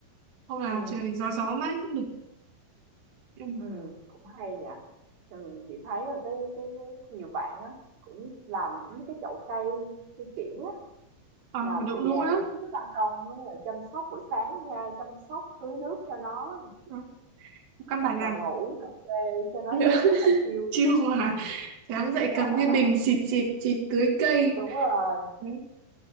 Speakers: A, on the right (about 60°); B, on the right (about 80°).
A: hoặc là
B: Ừ,
A: trời gió gió mát cũng được Ừ.
B: ừ, cũng hay nhỉ. Ừ, chị thấy là cái, cái cái nhiều bạn á cũng làm những cái chậu cây cây kiểng
A: ờ
B: Làm một
A: đúng
B: dàn
A: đúng rồi đó,
B: trước cái ban công á, rồi chăm sóc buổi sáng ra, chăm sóc tưới nước cho nó nè,
A: đó. căn bản
B: rồi
A: làm
B: ngồi uống cà phê cho nó
A: <laughs>
B: rất là chill luôn.
A: chiêu
B: Ừm.
A: mà sáng dậy
B: <laughs>
A: cầm cái bình xịt xịt xịt tưới cây
B: Đúng rồi,
A: Đấy.